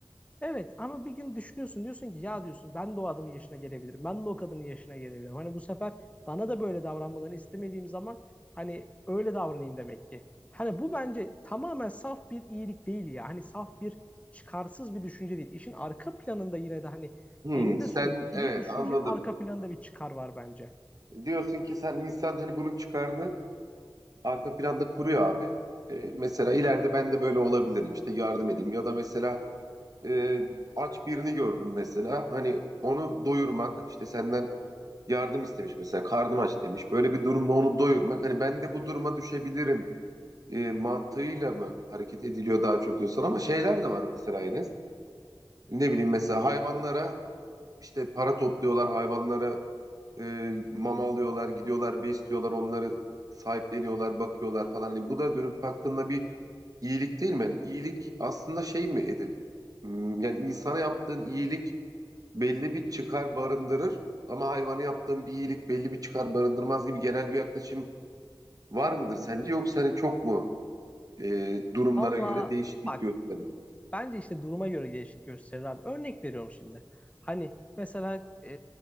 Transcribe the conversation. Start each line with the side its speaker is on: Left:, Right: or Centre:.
Left: Evet ama bir gün düşünüyorsun diyorsun ki ya diyorsun ben de o adamın yaşına gelebilirim. Ben de o kadının yaşına gelebilirim. Hani bu sefer bana da böyle davranmalarını istemediğim zaman hani öyle davranayım demek ki. Hani bu bence tamamen saf bir iyilik değil ya. Hani saf bir çıkarsız bir düşünce değil. İşin arka planında yine de hani
Right: Hı,
Left: eninde
Right: sen
Left: sonunda bu iyi
Right: evet
Left: düşüncenin
Right: anladım.
Left: arka planında bir çıkar var bence.
Right: Diyorsun ki sen insan hani bunun çıkarını arka planda kuruyor abi. E, mesela ileride ben de böyle olabilirim işte yardım edeyim. Ya da mesela e, aç birini gördüm mesela. Hani onu doyurmak işte senden yardım istemiş mesela karnım aç demiş. Böyle bir durumda onu doyurmak hani ben de bu duruma düşebilirim e, mantığıyla mı hareket ediliyor daha çok diyorsun ama şeyler de var mesela Enes. Ne bileyim mesela hayvanlara İşte para topluyorlar hayvanlara e, mama alıyorlar gidiyorlar besliyorlar onları sahipleniyorlar bakıyorlar falan. Hani bu da dönüp baktığında bir iyilik değil mi? Yani iyilik aslında şey mi edil? Hmm, Yani insana yaptığın iyilik belli bir çıkar barındırır ama hayvana yaptığın bir iyilik belli bir çıkar barındırmaz gibi genel bir yaklaşım var mıdır sence? Yoksa hani çok mu e, durumlara
Left: Valla
Right: göre değişiklik
Left: Bak
Right: gösterir?
Left: Bence işte duruma göre değişik gösterir abi. Örnek veriyorum şimdi. Hani mesela e,